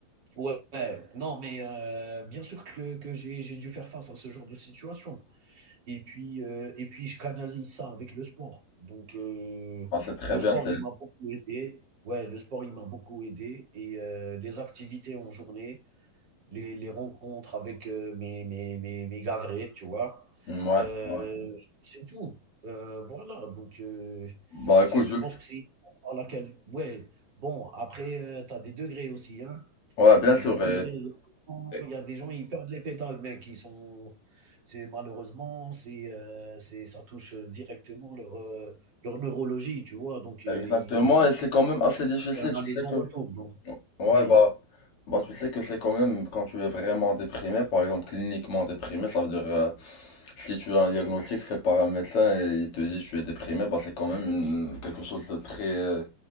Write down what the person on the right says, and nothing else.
ouais, ouais, non mais, heu, bien sûr que que j'ai j'ai dû faire face à ce genre de situation. Et puis, heu et puis je canalise ça avec le sport. Donc heu,
le sport,
il m'a beaucoup aidé. Ouais, le sport, il m'a beaucoup aidé et heu, les activités en journée, les les rencontres avec, heu, mes mes mes mes gars vrais, tu vois?
Heu,
c'est tout. Heu, voilà, donc heu,
je
je pense que c'est une étape par laquelle ouais, bon après, heu, tu as des degrés aussi, hein?
T'as
des degrés.
Il
y a des gens, il y a des gens, ils perdent les pédales, mec. Ils sont, c'est malheureusement, c'est, euh, c'est, ça touche euh, directement leur, euh, leur neurologie, tu vois? Donc, heu,
ils
c'est un
aller
sans
retour, donc
oui,